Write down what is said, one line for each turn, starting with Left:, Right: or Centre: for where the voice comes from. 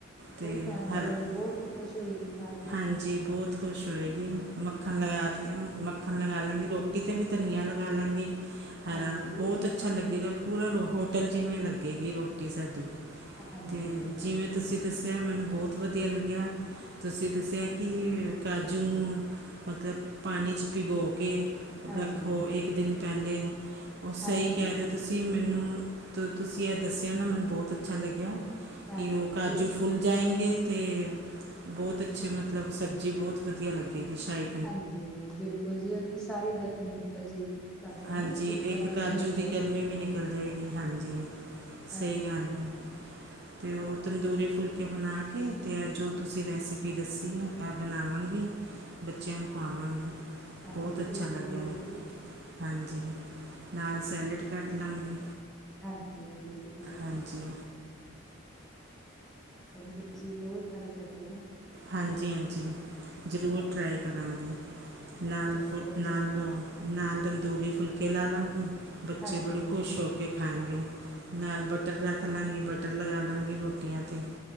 Centre: ਪੂਰੀ
Right: ਤੇ
Centre: ਫੈਮਿਲੀ
Right: ਹਰ
Centre: ਤੁਹਾਡੀ ਬਹੁਤ ਖੁਸ਼ ਹੋਏਗੀ
Right: <inaudible>
Centre: ਖਾ ਕੇ।
Right: ਹਾਂਜੀ, ਬੋਤ ਖੁਸ਼ ਹੋਏਗੀ। ਮੱਖਣ
Centre: ਹਾਂ
Right: ਲਗਾ ਦੀਆ, ਮੱਖਣ ਲਗਾ ਲਾਂਗੀ ਰੋਟੀ ਤੇ ਵੀ ਧਨੀਆ ਲ ਲਾ ਲਾਂਗੀ। ਹਰਾ
Centre: ਹਾਂਜੀ ਜੀ,
Right: ਬੌਤ ਅੱਛਾ ਲੱਗੇਗਾ, ਪੂਰਾ ਰੋ ਹੋਟਲ ਜਿਵੇੰ ਲਗੇਗੀ ਰੋਟੀ ਸਾਡੀ।
Centre: ਹਾਂਜੀ,
Right: ਤੇ ਜਿਵੇਂ ਤੁਸੀਂ ਦਸਿਆਂ ਮੈਨੂੰ ਬੌਤ ਵਧੀਆ ਲੱਗਿਆ। ਤੁਸੀਂ ਦਸਿਆ ਕਿ ਕਾਜੂ ਨੂੰ ਮਤਲਬ ਪਾਣੀ ਚ ਭਿਗੋ ਕੇ।
Centre: ਹਾਂਜੀ।
Right: ਰੱਖੋ ਇੱਕ ਦਿਨ ਪਹਿਲੇ, ਉਹ
Centre: ਹਾਂਜੀ,
Right: ਸਹੀ ਕਹਿ ਰਹੇ ਤੁਸੀਂ। ਤੁਸੀ ਮੈਨੂੰ ਤ ਤੁਸੀਂ ਇਹ ਦੱਸਿਆ ਨਾ, ਮੈਨੂੰ ਬੌਤ ਅੱਛਾ ਲੱਗਿਆ।
Centre: ਹਾਂਜੀ
Right: ਕੀ ਉਹ
Centre: ਜੀ।
Right: ਕਾਜੂ ਫੂਲ ਜਾਏਂਗੇੇ। ਤੇ ਬਹੁਤ ਅੱਛੇ, ਮਤਲਬ ਸਬਜ਼ੀ ਬੌਤ ਵਧੀਆ ਲੱਗੇਗੀ, ਸ਼ਾਈ
Centre: ਹਾਂਜੀ, ਬਿਲਕੁਲ ਜੀ, ਉਹਦੀ ਸਾਰੀ ਗਰਮੀ ਨਿਕਲ ਜੇਗੀ। ਕਾਜੂ
Right: ਹਾਂਜੀ,
Centre: ਜਿੱਦਾਂ
Right: ਇਕ
Centre: ਗਰਮ
Right: ਕਾਜੂ
Centre: ਹੁੰਦੇ
Right: ਦੀ
Centre: ਆ।
Right: ਗਰਮੀ ਵੀ ਨਿਕ ਨਿਕਲ ਜਾਏਗੀ, ਹਾਂਜੀ,
Centre: ਹਾਂਜੀ,
Right: ਸਹੀ ਗੱਲ ਐ। ਤੇ ਉਹ ਤੰਦੂਰੀ ਫੁਲਕੇ ਬਣਾ ਕੇ, ਤੇ ਇਹ ਜੋ ਤੁਸੀਂ ਰੈਸਪੀ ਦੱਸੀ ਏ ਇਹ ਬਣਾਵਾਂਗੀ। ਬੱਚਿਆਂ ਨੂੰ ਖਾਵਾਵਾਗੀ,
Centre: ਹਾਂਜੀ
Right: ਬਹੁਤ ਅੱਛਾ
Centre: ਜੀ ਜ਼ਰੂਰ
Right: ਲੱਗਿਆ।
Centre: ਜੀ
Right: ਹਾਂਜੀ, ਨਾਲ
Centre: ਹਾਂਜੀ।
Right: ਸੈਲਡ ਕੱਟ ਲਾਂਗੇ।
Centre: ਹਾਂਜੀ, ਬਿਲਕੁਲ। ਜੀ,
Right: ਹਾਂਜੀ।
Centre: ਕੋਈ ਨੀ ਤੁਸੀਂ ਜ਼ਰੂਰ ਟਰਾਈ ਕਰਦੇਓ।
Right: ਹਾਂਜੀ-ਹਾਂਜੀ, ਜ਼ਰੂਰ
Centre: ਹਾਂਜੀ।
Right: ਟਰਾਈ ਕਰਾਂਗੀ, ਨਾਲ
Centre: ਬਿਲਕੁਲ
Right: ਫੁ ਨਾਲ
Centre: ਜੀ,
Right: ਰੋ ਨਾਲ ਤੰਦੂਰੀ ਫੁਲਕੇ ਲਾ ਲਾਂਗੀ, ਬੱਚੇ
Centre: ਹਾਂਜੀ,
Right: ਬੜ੍ਹੇ ਖੁਸ਼ ਹੋ ਕੇ ਖਾਏਂਗੇ। ਨਾਲ ਬਟਰ ਰੱਖ ਲਾਂਗੀ, ਬਟਰ ਲਗਾ ਲਗਾ ਲਾਗੀ ਰੋਟੀਆਂ ਤੇ।